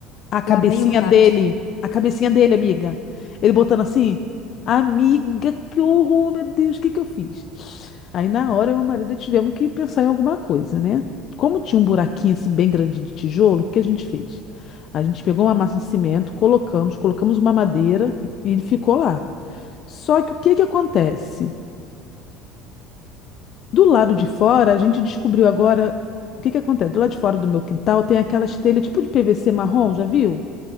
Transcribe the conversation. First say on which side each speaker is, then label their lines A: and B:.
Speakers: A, on the left; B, on the left.
A: A cabecinha
B: Lá vem o rato.
A: dele. A cabecinha dele, amiga. Ele botando assim. Amiga, que horror, meu Deus, o que que eu fiz? Aí na hora eu e o marido tivemos que pensar em alguma coisa, né? Como tinha um buraquinho assim bem grande de tijolo, o que que a gente fez? A gente pegou uma massa de cimento, colocamos, colocamos uma madeira e e ele ficou lá. Só que o que que acontece? Do lado de fora, a gente descobriu agora o que que acontece. Do lado de fora do meu quintal tem aquelas telhas tipo de PVC marrom, já viu?